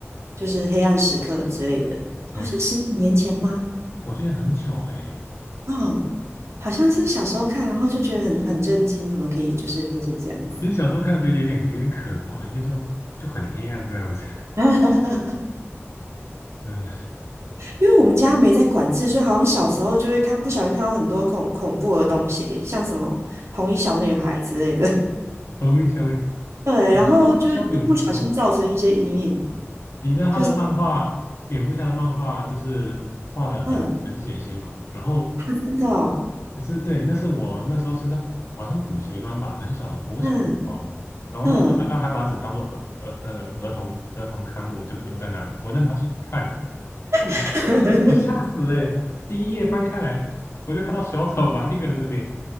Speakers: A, on the right; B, on the left.
A: 就是黑暗时刻之类的，
B: 对，
A: 好像十几年前吗？
B: 我记得很久哎、
A: 哦，好像是小时候看，然后就觉得很很震惊，怎么可以就是发生这样子？
B: 其实小时候看觉得有点有点可怕，因为就就很黑暗这样子。
A: <laughs>
B: <laughs> 嗯，
A: 因为我们家没在管制，所以好像小时候就会看，不小心看到很多恐恐怖的东西，像什么红衣小女孩之类的。<laughs>
B: 我会想，
A: 对，
B: 我知道知道蝙蝠侠，
A: 然后就就不小心造成一些阴影，
B: 你知道他的漫画，
A: 就是
B: 蝙蝠侠的漫画就是画的很很血腥嘛。
A: 嗯，啊
B: 然后
A: 真的哦，
B: 可是对，那是我那时候是在好像是补习班吧，很小国小的时候，
A: 嗯
B: 然后那时候大家还把纸当做儿儿那个儿童儿童刊物就丢在那里，
A: 嗯，
B: 我就拿起来看，哦，
A: <laughs>
B: 我吓死哎、欸！第一页翻开来，我就看到小丑把一个人的脸